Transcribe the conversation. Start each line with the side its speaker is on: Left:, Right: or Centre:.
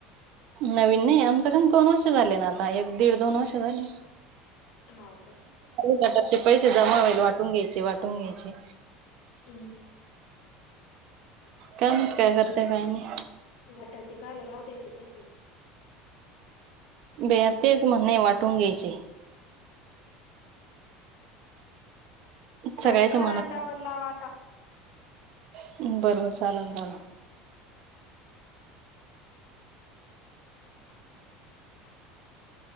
Right: नवीन नाही आमच काण दोन वर्ष झाले ना आता एक दीड दोन वर्ष झाले
Left: होा का
Right: त्याचे पैसे जमा होईल वाटून घ्यायचे वाटून घ्यायचे
Left: हमं
Right: काय नाहीत काय करतेय काही नाही
Left: मठाचे काल राव त्या्याचे तसेच
Right: बे तेच म्हणणे वाटून घ्यायचे सगळ्याच्या
Left: कटकर अंडा बनव आता
Right: ् बरोबर साधण लं
Left: <inaudible>